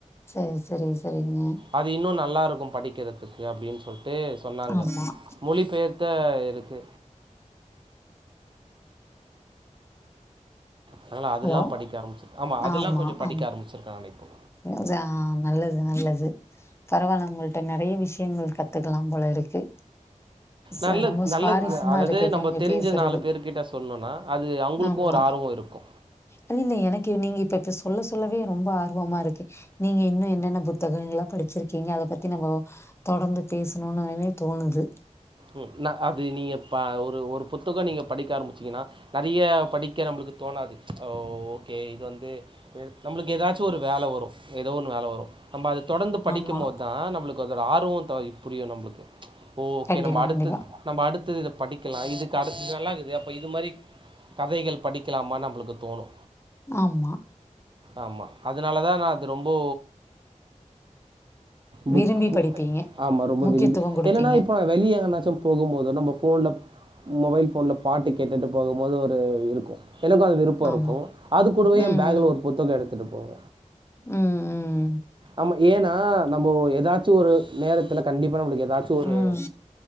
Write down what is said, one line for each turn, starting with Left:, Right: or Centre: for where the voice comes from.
Left: செரி செரி செரிங்க
Right: அது இன்னோ நல்லாருக்கோ படிக்கிறதுக்கு அப்படின்னு சொல்ட்டு சொன்னாங்க
Left: ஆமாம்
Right: மொழிபெயர்த் த்த இருக்கு அதனாலா அதெல்லா
Left: ஹலோ
Right: படிக்க ஆரம்பிச்சிருக் ஆமா அதெல்லா
Left: ஆமாம்
Right: கொஞ்சோ படிக்க
Left: ஆமாம்
Right: ஆரம்பிச்சிருக்கே நானு இப்போ
Left: <unintelligible> நல்லது நல்லது பரவாயில்ல உங்கள்ட்ட நறைய விஷ் யங்கள் கத்துக்கலா போல இருக்கு ச
Right: நல்லது
Left: ரொம்ப
Right: நல்லது
Left: சுவாரஸ்யமா
Right: அதுதே
Left: இருக்கு இப்ப
Right: நம்ம
Left: நீங்க
Right: தெரிஞ்ச
Left: பேசுறது
Right: நாலு பேரு கிட்ட சொன்னோனா அது அவுங்களுக்கோ
Left: ஆமா
Right: ஒரு ஆர்வோ இருக்கோ
Left: அது இல்ல எனக்கு நீங்க இப்ப இப்ப சொல்ல சொல்லவே ரொம்ப ஆர்வமா இருக்கு கு நீங்க இன்னு என்னென்ன புத்தகங்களா படிச்சிருக்கீங்க அத பத்தி நம்போ தொடந்து பேசணோனவே தோணுது
Right: ம் நா அது நீங்க பா ஒரு ஒரு புத்தகோ நீங்க படிக்க ஆரம்பிச்சீங்கன்னா நறிய படிக்க நம்புளுக்கு தோணாது ஓகே இது வந்து நம்புளுக்கு ஏதாச்சு ஒரு வேல வரோ எதோ ஒன்னு வேல வரோ நம்ம அத தொடந்து படிக்கும்
Left: ஆமா
Right: போது தா நம்புளுக்கு அதோட ஆர்வோ த புரியு நம்புளுக்கு ஓகே
Left: கண்டிப்பா
Right: நம்ம அடுத்து
Left: கண்டிப்பா
Right: நம்ம அடுத்து இத படிக்கலா இதுக்கு அடுத் இது நல்லாக்குதே அப்ப இது மாரி கதைகள் படிக்கலாமானு நம்புளுக்கு தோணோ
Left: ஆமா
Right: ஆமா அதனால தா நா அத ரொம்போ புக்
Left: விரும்பி
Right: பு
Left: படிப்பீங்க
Right: ஆமா ரொம்ப
Left: முக்கியத்துவோ
Right: விரும்பி
Left: குடுப்பீங்க
Right: என்னன்னா வெளிய எங்கனாச்சோ போகும் போதோ நம்ப ஃபோன்ல மொபைல் ஃபோன்ல பாட்டு கேட்டுட்டு போகும் போது ஒரு இருக்கோ எனக்கோ அது விருப் போ
Left: ஆமா
Right: இருக்கோ அது கூடவே ஏ
Left: ம்
Right: பேக்ல
Left: ம்
Right: ஒரு புத்தகோ எடுத்துட்டு போவ
Left: ம் ம்
Right: ஆமா ஏன்னா நம்போ ஏதாச்சு ஒரு நேரத்துல கண்டிப்பா நம்மளுக்கு ஏதாச்சு ஒரு
Left: ம்